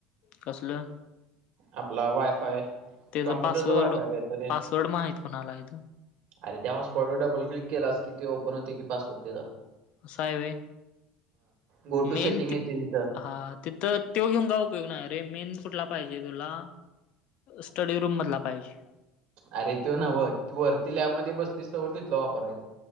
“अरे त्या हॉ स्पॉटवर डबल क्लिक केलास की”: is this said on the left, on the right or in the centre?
Right